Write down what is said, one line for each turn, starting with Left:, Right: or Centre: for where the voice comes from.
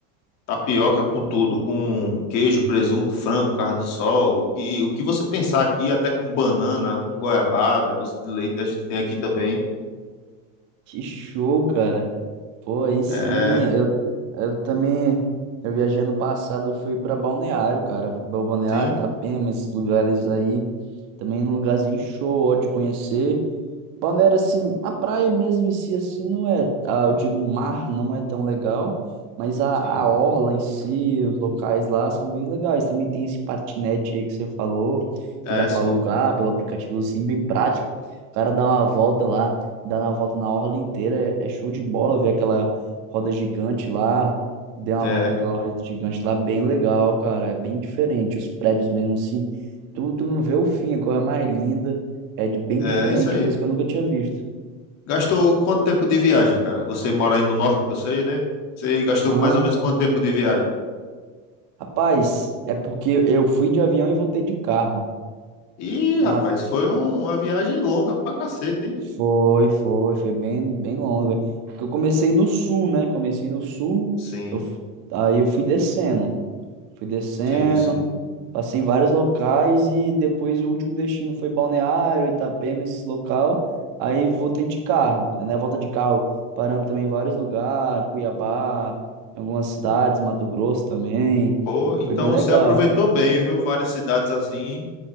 Left: Tapioca com
Right: Pô,
Left: tudo, com queijo, presunto, frango, carne do sol. O que, o que você pensar aqui, até com banana, com goiabada, doce de leite, a gente tem aqui também.
Right: que show, cara. Pô, aí sim.
Left: É,
Right: Eu, eu também. Eu viajei ano passado, eu fui pra Balneário, cara. Fui pra Balneário,
Left: sim,
Right: Itapema, esses lugares aí. Também um lugarzinho show, ó, de conhecer. Balneário, assim, a praia mesmo em si, assim, não é, ah, eu digo, o mar não é tão legal, mas a,
Left: sim.
Right: a orla em si, os locais lá são bem legais. Também tem esse patinete aí que você falou,
Left: É,
Right: que dá para
Left: sim.
Right: alugar pelo aplicativo, assim, bem prático. O cara dá uma volta lá, dá uma volta na orla inteira, é, é show de bola ver aquela roda gigante lá, deu uma
Left: É,
Right: volta naquela roda gigante lá, bem legal, cara, é bem diferente. Os prédios mesmo, assim, tu, tu não vê o fim, a coisa mais linda. É de- bem
Left: é
Right: diferente,
Left: isso aí.
Right: coisa que eu nunca tinha visto.
Left: Gastou quanto tempo de viagem, cara? Você mora aí no norte, que eu sei, né? Você gastou
Right: Aham.
Left: mais ou menos quanto tempo de viagem?
Right: Rapaz, é porque eu fui de avião e voltei de carro.
Left: Ih,
Right: Na...
Left: rapaz, foi um- uma viagem longa pra cacete, hein?
Right: Foi, foi, foi bem, bem longa. Porque eu comecei no sul, né? Comecei no sul,
Left: Sim,
Right: eu... f- aí eu fui descendo. Fui descendo,
Left: sim, sim.
Right: passei em vários locais e depois o último destino foi Balneário, Itapema, esse local. Aí voltei de carro. Na volta de carro, paramos também em vários lugares, Cuiabá, em algumas cidades, Mato Grosso também.
Left: Pô, então
Right: Foi bem
Left: você
Right: legal.
Left: aproveitou bem, viu? Várias cidades assim.